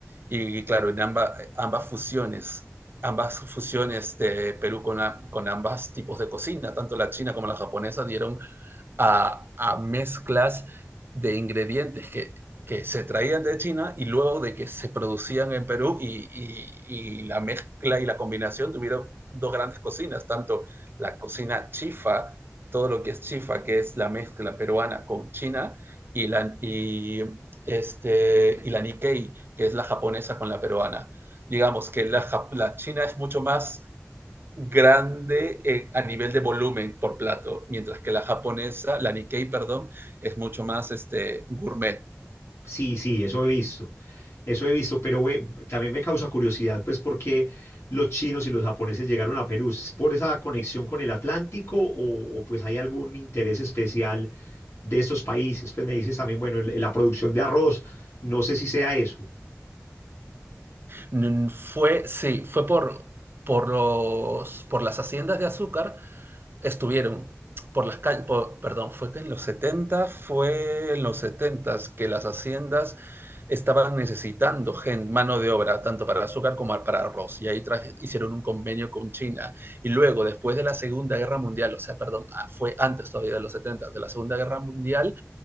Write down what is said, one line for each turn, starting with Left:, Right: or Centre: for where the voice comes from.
Right: Y claro, en amba, ambas fusiones, ambas fusiones de Perú con, la, con ambas tipos de cocina, tanto la china como la japonesa, dieron a, a mezclas de ingredientes que, que, se traían de China y luego de que se producían en Perú y, y, y la mezcla y la combinación tuvieron dos grandes cocinas, tanto la cocina chifa, todo lo que es chifa, que es la mezcla peruana con China, y la, y, este, y la Nikkei, que es la japonesa con la peruana. Digamos que la, la China es mucho más grande eh, a nivel de volumen por plato, mientras que la japonesa, la Nikkei, perdón, es mucho más este, gourmet.
Left: Sí, sí, eso he visto, eso he visto, pero güey, también me causa curiosidad, pues, por qué los chinos y los japoneses llegaron a Perú. ¿Es por esa conexión con el Atlántico o, o, pues hay algún interés especial de estos países? Pues me dices también, bueno, el- la producción de arroz, no sé si sea eso.
Right: Mm, Fue, sí, fue por, por, los, por las haciendas de azúcar estuvieron por las calles, por, perdón, fue que en los 70, fue en los setentas que las haciendas estaban necesitando gente mano de obra, tanto para el azúcar como para arroz, y ahí traje, hicieron un convenio con China. Y luego, después de la Segunda Guerra Mundial, o sea, perdón, ah, fue antes todavía de los 70, de la Segunda Guerra Mundial,